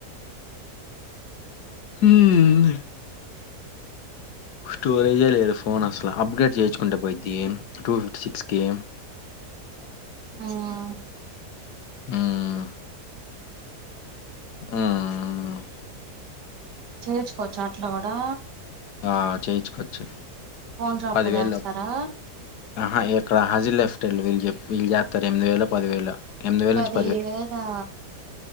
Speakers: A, on the left; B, on the right.
A: ఉమ్ స్టోరేజ్ ఏ లేదు ఫోన్ అసలు ఇలా అప్గ్రేడ్ చేయొచ్చుకుంటే పోయిద్ది టూ ఫిఫ్టీ సిక్స్ కే
B: ఉమ్
A: ఉమ్ ఉమ్
B: చేయిచ్చుకోవచ్చ అట్లా కూడా
A: ఆ చేయించుకోవచ్చు
B: ఫోన్ షాప్
A: పదివేలు
B: లో చేస్తారా
A: ఆహా ఎక్కడ హాజీ లెఫ్టెడ్ వ వీళ్ళు చేస్తారు ఎనిమిది వేల పదివేలో ఎనిమిది వేల
B: పది
A: నుంచి
B: వేలా